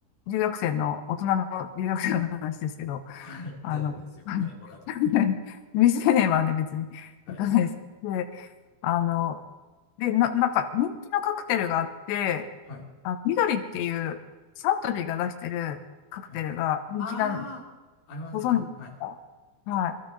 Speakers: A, on the left; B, on the left.
A: 留学生の、大人の留学生の話ですけど、
B: はい大丈夫ですよ。
A: あの、
B: はい。わかってますよ。
A: <laughs> 未成年はね、別に行かないです。
B: はい。
A: で、あの、で、な、なんか人気のカクテルがあって、
B: はい。
A: あ、緑っていうサントリーが出してるカクテルが人気なん
B: はい。ああ、ありますね。
A: ご存知ですかはい。
B: はい。